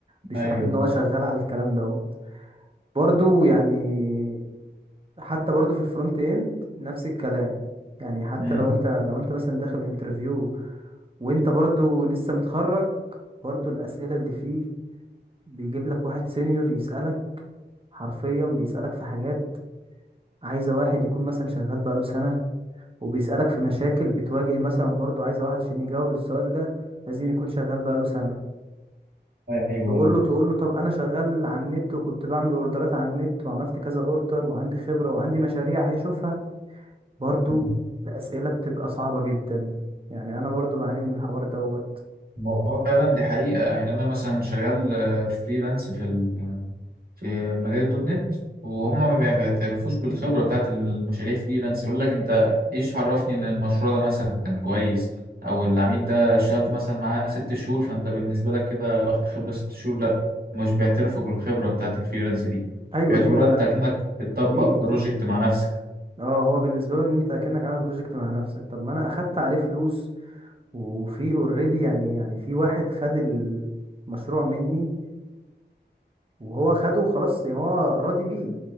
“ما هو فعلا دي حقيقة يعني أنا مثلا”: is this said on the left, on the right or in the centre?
Right